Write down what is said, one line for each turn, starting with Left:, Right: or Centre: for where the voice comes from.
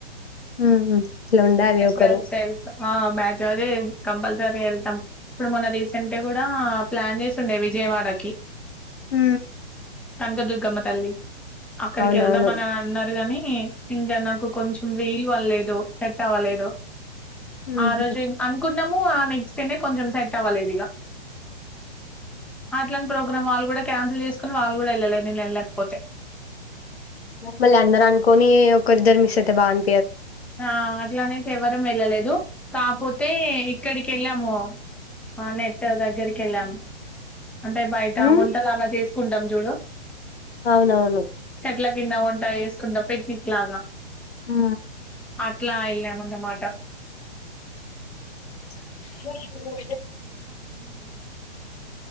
Left: ఊహు ఇట్లా ఉండలి ఒకరు
Centre: కలిసి వెళ్తా ఆ బ్యాచ్జ్ అదే కంపల్సరీ వెళ్తాం ఇప్పుడు మొన్న రీసెంట్ కూడా ప్లాన్ చేసిండే విజయవాడకి
Left: ఊ
Centre: కనకదుర్గమ్మ తల్లి అక్కడికి
Left: అవునవును
Centre: వెళ్దామని అని అన్నారు గాని ఇ ఇంకా నాకు కొంచెం వేడి వల్ల ఏదో సెట్ అవ్వలేదు
Left: ఉమ్,
Centre: ఆ రోజు
Left: ఉమ్.
Centre: ఇన్కాంత్ కున్నము ఆ నెక్స్ట్ డేనే కొంచెం సెట్ అవ్వలేదు ఇక అట్లాంటి ప్రోగ్రామ్ వాళ్ళు కూడా క్యాన్సిల్ చేసుకుని వాళ్ళు కూడా వెళ్ళలేదు నేను వెళ్ళలేకపోతే
Left: మళ్ళీ అందరు అనుకోని ఒకరిద్దరు మిస్ అయితే బాన్
Centre: ఆ అట్లానేసి ఎవరము వెళ్ళలేదు కాపోతే ఇక్కడికి వెళ్ళాము ఆ నెట్ దగ్గరిక్ కెళ్ళాం అంటే బయట
Left: హ్మ్
Centre: వంటలాగా చేస్ కుంటం జూడు
Left: అవునవును
Centre: ఇట్లా కింద వంట వేసుకుంటాం పిక్నిక్ లాగా
Left: ఊ
Centre: అట్ అట్లా ఎల్లమన మాట
Left: గట్
Centre: ఊ
Left: జూడే